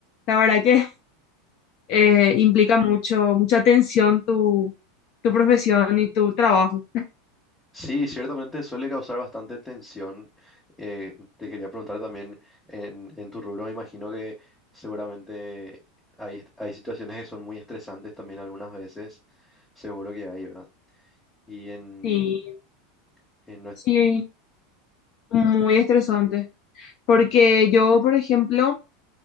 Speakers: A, on the left (about 50°); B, in the centre.
A: La verdad que <laughs> eh, implica mucho, mucha atención tu, tu profesión y tu trabajo.
B: Sí, ciertamente suele causar bastante tensión. Eh, te quería preguntar también, en, en tu rubro, imagino que seguramente hay, hay situaciones que son muy estresantes también algunas veces, seguro que hay, ¿verdad? Y en,
A: Sí,
B: Eh, no es-
A: sí, muy estresante. Porque yo, por ejemplo,